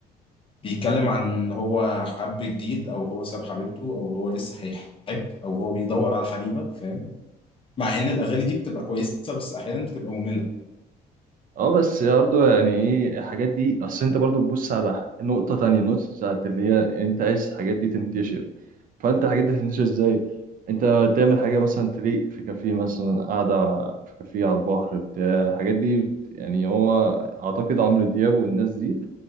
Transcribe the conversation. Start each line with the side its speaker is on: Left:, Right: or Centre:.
Left: بيتكلم عن ان هو حب جديد او هو ساب حبيبته او هو لسه هيحب او هو بيدور على حبيبه فاهم مع ان الاغاني دي بتبقى كويسه بس احيانا بتبقى ممله
Right: اه بس برضه يعني ايه الحاجات دي أصل أنت برضه تبص على نقطة تانية النقطة بتاعت اللي هي أنت عايز الحاجات دي تنتشر فانت الحاجات دي هتنتشر ازاي انت تعمل حاجه مثلا تليق في كافيه مثلا قاعده في كافيه على البحر بتاع الحاجات دي بت- يعني هو اعتقد عمرو دياب والناس دي